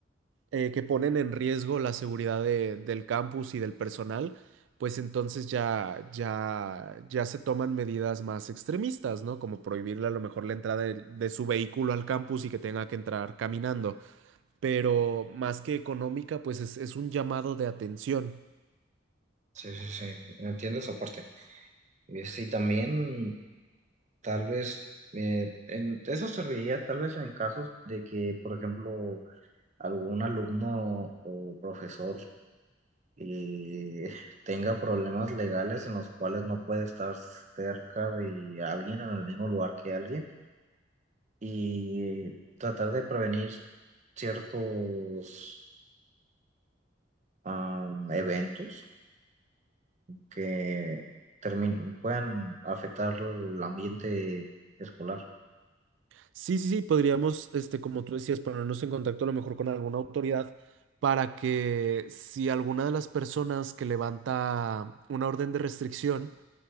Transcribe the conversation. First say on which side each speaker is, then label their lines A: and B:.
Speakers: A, on the right; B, on the right.
A: eh, que ponen en riesgo la seguridad de- del campus y del personal, pues entonces ya, ya, ya se toman medidas más extremistas, ¿no? Como prohibirle a lo mejor la entrada de, de su vehículo al campus y que tenga que entrar caminando. Pero más que económica, pues es, es un llamado de atención.
B: Sí, sí, sí, entiendo esa parte. Eh, sí, también tal vez eh, en, eso serviría tal vez en casos de que, por ejemplo, algún alumno o profesor eh, tenga problemas legales en los cuales no puede estar cerca de alguien en el mismo lugar que alguien y tratar de prevenir ciertos am, eventos. que termin- puedan afectar el ambiente escolar.
A: Sí, sí, sí, podríamos, este, como tú decías, ponernos en contacto a lo mejor con alguna autoridad para que si alguna de las personas que levanta una orden de restricción